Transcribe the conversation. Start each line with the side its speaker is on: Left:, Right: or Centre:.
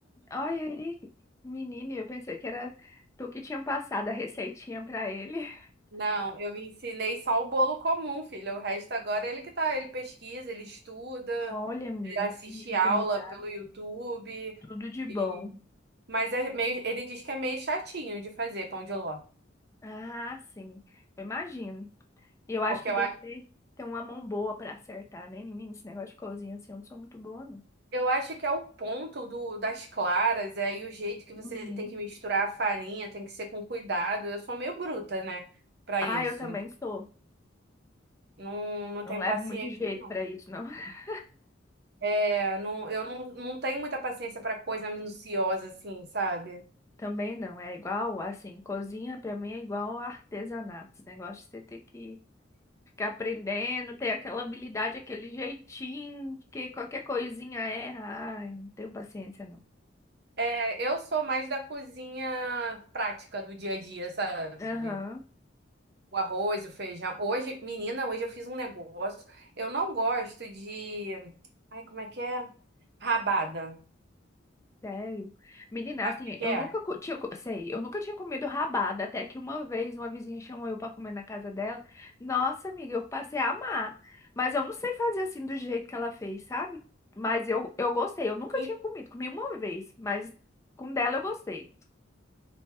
Left: Olha aí, menino, eu pensei que era tu que tinha passado a receitinha pra ele.
Right: Não, eu me ensinei só o bolo comum, filha. O resto agora é ele que tá, ele pesquisa, ele estuda,
Left: Olha, menina,
Right: ele assiste
Left: que menino
Right: aula
Left: treinado.
Right: pelo YouTube
Left: Tudo de bom.
Right: e mas é meio, ele diz que é meio chatinho de fazer pão de ló,
Left: Ah, sim, eu imagino. E eu acho
Right: porque
Left: que
Right: eu
Left: tem
Right: acho,
Left: que ter, ter uma mão boa pra acertar, né, menina? Esse negócio de cozinha, assim, eu não sou muito boa, não.
Right: eu acho que é o ponto do das claras, é aí o jeito que você
Left: Uhum.
Right: tem que misturar a farinha, tem que ser com cuidado. Eu sou meio bruta, né, Pra
Left: Ah,
Right: isso.
Left: eu também sou.
Right: Não, não
Left: Não
Right: tenho
Left: levo
Right: paciência,
Left: muito jeito
Right: não.
Left: pra isso, não. <laughs>
Right: É, não, eu não, não tenho muita paciência pra coisa minuciosa assim, sabe?
Left: Também não. É igual, assim, cozinha pra mim é igual artesanato. Esse negócio de você ter que ficar aprendendo, ter aquela habilidade, aquele jeitinho, que qualquer coisinha erra. Ai, não tenho paciência, não.
Right: É, eu sou mais da cozinha prática do dia a dia, sabe?
Left: Aham.
Right: O arroz, o feijão. Hoje, menina, hoje eu fiz um negócio. Eu não gosto de. Ai, como é que é? Rabada.
Left: Sério. Menina,
Right: Sabe
Left: assim,
Right: o que que
Left: eu
Right: é?
Left: nunca co- tinha, co- sei, eu nunca tinha comido rabada, até que uma vez uma vizinha chamou eu para comer na casa dela. Nossa, amiga, eu passei a amar. Mas eu não sei fazer assim do jeito que ela fez, sabe? Mas eu, eu gostei, eu nunca
Right: E
Left: tinha comido, comi uma vez, mas com dela eu gostei.